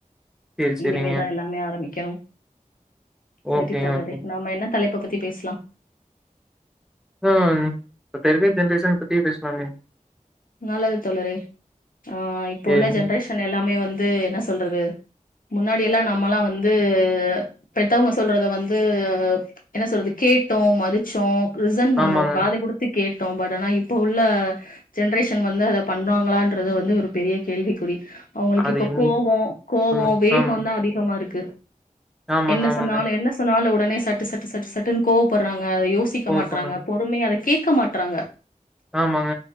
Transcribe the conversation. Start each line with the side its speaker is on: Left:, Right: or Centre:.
Centre: சேரி சேரிங்க
Left: இனிமேதா எல்லாமே ஆரம்பிக்கணும் சேரி
Centre: ஓகேங்க
Left: தோழரே
Centre: ஓகேங்க
Left: நாம என்ன தலைப்பு பத் த்தி பேஸ்லா
Centre: ஆ இப்ப <unintelligible> பத்தி பேஸ்லாமே
Left: நல்லது தோழரே ஆ இப்ப
Centre: சேரிங்க
Left: உள்ள ஜென்ரேஷன் எல்லாமே வந் ந்து என்ன சொல்றது முன்னாடி எல்லாம் நம்மல்லா வந்து பெத்தவங்க சொல்றத வந்து என்ன சொல்றது கேட்டோ மதுச்சோ ரிசன் பண்ணோ
Centre: ஆமாங்க
Left: காது குடுத்து கேட் டோ பட் ஆனா இப்ப உள்ள ஜென்ரேஷன் வந்து அத பண்ணுவாங்களான்றது வந்து ஒரு பெரிய கேள்விக்குறி அவங்களுக்கு
Centre: அது
Left: இப்ப
Centre: எங்கயு
Left: கோவோ கோவோ
Centre: ம்
Left: வேகோந்தா
Centre: ஆமா
Left: அதிகமா இருக் த்து
Centre: ஆமாங்க
Left: என்ன
Centre: ஆமாங்க
Left: சொன்னாலு என்ன சொன்னாலு உடன் மே சட்டு சட்டு சட்டு சட்டுன் கோவப்பர்றாங் ங்க அதை யோசிக்க
Centre: கோவப்பட்றாங்க
Left: மாட்றாங்க பொறுமையே அதைக் கேக்க மாட்டறாங்க
Centre: ஆமாங்க